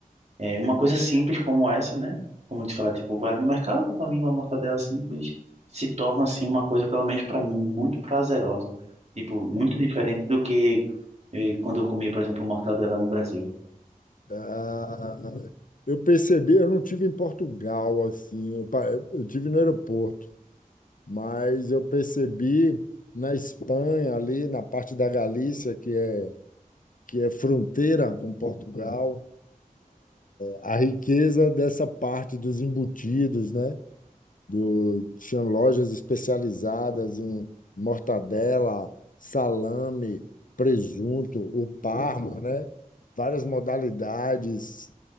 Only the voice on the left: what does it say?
ah, eu percebi, eu não tive em Portugal, assim, eu, pa- eu tive no aeroporto, mas eu percebi na Espanha, ali na parte da Galícia, que é, que é fronteira com Portugal, a riqueza dessa parte dos embutidos, né? Do, tinha lojas especializadas em mortadela, salame, presunto, o Parma, né? Várias modalidades,